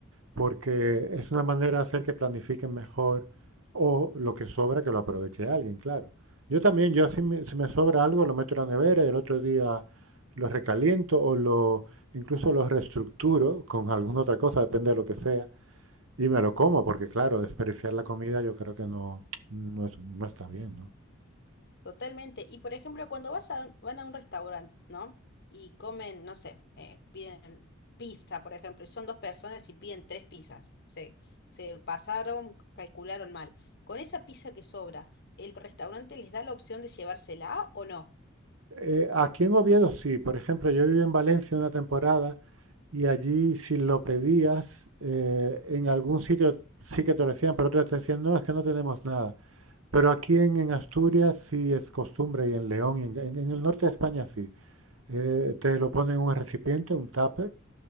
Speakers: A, on the right (about 85°); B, on the left (about 55°).
A: porque es una manera de hacer que planifiquen mejor o lo que sobra que lo aproveche alguien, claro. Yo también, yo si me, si me sobra algo lo meto en la nevera y el otro día lo recaliento o lo incluso lo reestructuro con alguna otra cosa, depende de lo que sea, y me lo como, porque claro, desperdiciar la comida yo creo que no, no, es- no está bien, ¿no?
B: Totalmente. Y por ejemplo, cuando vas a, van a un restaurante, ¿no? Y comen, no sé, eh, piden pizza, por ejemplo, y son dos personas y piden tres pizzas. Se, se pasaron, calcularon mal. Con esa pizza que sobra, ¿el restaurante les da la opción de llevársela o no?
A: Eh, aquí en Oviedo sí, por ejemplo, yo viví en Valencia una temporada y allí si lo pedías, eh, en algún sitio sí que te lo decían, pero otros te decían, no, es que no tenemos nada. Pero aquí en, en Asturias sí es costumbre y en León y en, en- el norte de España sí. Eh, te lo ponen en un recipiente, un tupper,